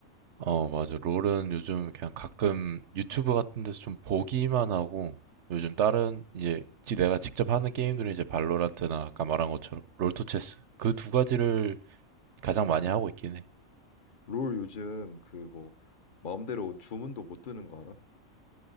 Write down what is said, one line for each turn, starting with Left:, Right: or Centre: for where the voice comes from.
Right: 어, 맞아. 롤은 요즘 그냥 가끔 유튜브 같은 데서 좀 보기만 하고 요즘 다른 이제 지 내가 직접 하는 게임들은 이제 발로란트나 아까 말한 것처럼 롤토체스 그 두 가지를 가장 많이 하고 있긴 해.
Left: 롤 요즘 그 뭐 마음대로 주문도 못 뜨는 거 알아?